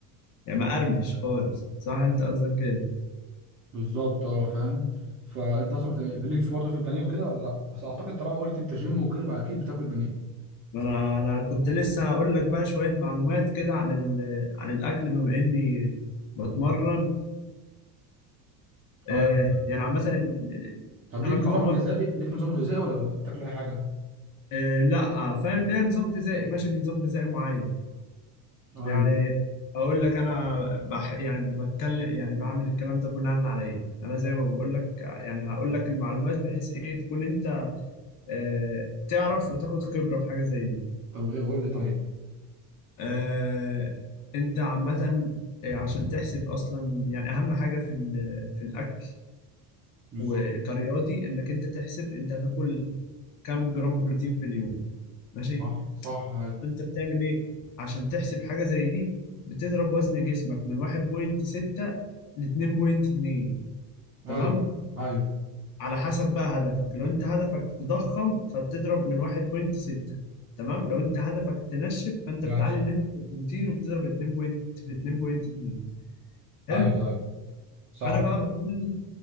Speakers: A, on the left; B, on the right.
A: يعني مقرمش خالص صح انت قصدك كده
B: بالظبط اه فاهم فانت اصلا بت... ليك في برضه في البانيه وكده ولا لا بس اعتقد طالما قلت انت جيم وكده بقى اكيد بتاكل بانيه
A: ما انا انا كنت لسه هقول لك بقى شوية معلومات كده عن ال... عن الاكل بما اني بتمرن
B: طيب
A: آه
B: طيب
A: يعني عامة ال- ال-
B: طب
A: انا
B: ليك
A: كعمر
B: نظام غذائي ليك نظام غذائي ولا بتاكل اي حاجه
A: آه لا فاهم ليه نظام غذائي ماشي بنظام غذائي معين
B: ايوه
A: يعني اقول لك انا بح يعني بتكلم يعني بعمل الكلام ده بناء على ايه انا زي ما بقول لك يعني هقول لك المعلومات بحيث ايه تكون انت آه، تعرف وتاخد خبرة في حاجة زي دي
B: طب ايه قول لي طيب
A: آه، انت عامة آه، عشان تحسب اصلا يعني اهم حاجة في ال- في الاكل
B: بالظبط
A: وكرياضي انك انت تحسب انت هتاكل كام جرام بروتين في اليوم ماشي
B: صح صح ايوه
A: فانت بتعمل ايه عشان تحسب حاجة زي دي بتضرب وزن جسمك من 1.6 ل 2.2
B: ايوه
A: تمام
B: ايوه
A: على حسب بقى هدفك لو انت هدفك تضخم فبتضرب من 1.6 تمام لو انت هدفك تنشف فانت
B: ماشي
A: بتعلي نسبة البروتين وبتضرب 2 بوينت في 2.2 حلو
B: ايوه ايوه صح
A: انا بقى باكل لي